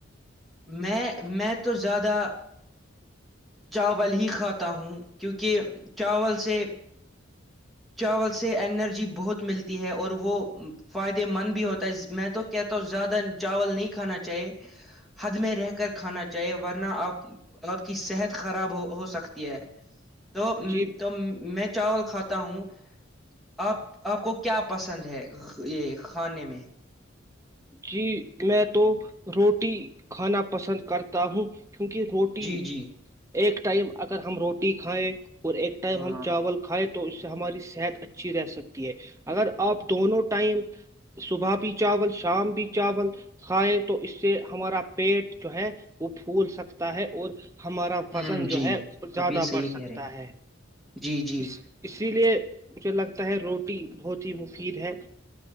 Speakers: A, in the centre; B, on the right.
A: میں میں تو زیادہ چاول ہی کھاتا ہوں کیونکہ چاول سے چاول سے انرجی بہت ملتی ہے اور وہ فائدے مند بھی ہوتا ہے میں تو کہتا ہوں زیادہ چاول نہیں کھانا چاہیے حد میں رہ کر کھانا چاہیے ورنہ آپ آپ کی صحت خراب ہو ہو سکتی ہے تو
B: جی
A: تو میں چاول کھاتا ہوں آپ آپ کو کیا پسند ہے یہ کھانے میں
B: جی میں تو روٹی کھانا پسند کرتا ہوں کیونکہ روٹی
A: جی جی
B: ایک ٹائم اگر ہم روٹی کھائیں اور ایک ٹائم
A: ہاں
B: ہم چاول کھائے اس سے ہماری صحت اچھی رہ سکتی ہے اگر آپ دونوں ٹائم صبح بھیی چاول س شام بھی چاول کھائے تو اس سے ہمارا پیٹ جو ہے وہ پھول سکتا ہے اور ہمارا
A: ہ
B: فضن جو
A: جی
B: ہے زیادہ
A: آپ یہ صحیح
B: بڑھ سکتا
A: کہہ رہے ہیں
B: ہے
A: جی جی
B: اس اسی لیے مجھے لگتا ہے روٹی بہت ہی مفید ہے